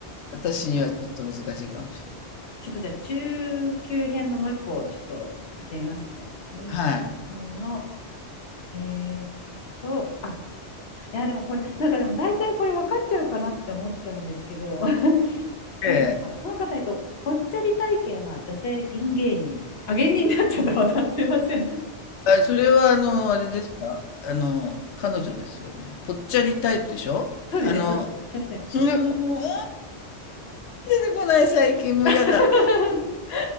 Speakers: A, on the left (about 80°); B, on the left (about 65°).
A: 私にはちょっと難しいかもしれない。
B: ちょっとじゃあ中級編のもう一個ちょっと行ってみますね。中級編の、
A: はい。
B: えーっと、あ、いやでもこれ、なんかでも大体これ分かっちゃうかなって思っちゃうんですけど、<laughs> いけるのかな。
A: ええ。
B: この方、えっと、ぽっちゃり体型な女性ピン芸人。あ、芸人になっちゃった、また。すいません。
A: あ、それはあの、あれですか、あの、彼女ですよね。ぽっちゃりタイプでしょあの、
B: そうですね、ぽっちゃりタイプ。
A: うん、もう、あー全然名前が出てこない、最近もう嫌だ。
B: <laughs>